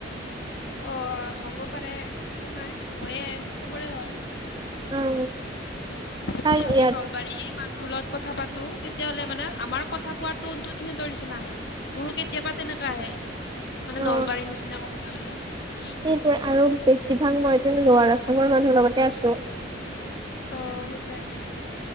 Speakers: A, on the left; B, on the right.
A: অ হ'ব পাৰে একো নাই হয়ে চবৰে হয়।
B: উম।
A: ঠিক আ
B: কাৰণ
A: যদি আমি
B: ইয়াত
A: নলবাৰী <unintelligible> ুলত কথা পাতো তেতিয়াাহলে মানে আমাৰ কথা কোৱাৰ টনটো সিহঁতৰ নিচিনা আহে মোৰো কেতিয়াবা তেনেকা আহে <unintelligible> মানে
B: অ
A: নলবাৰীৰ নিচিনা। চাহ খালা <unintelligible>
B: সেইটোৱে আৰু বেছিভাগ মইটো লোৱাৰ আছামৰ মানুহৰ লগতে আছো।
A: অ সেইকাৰণে।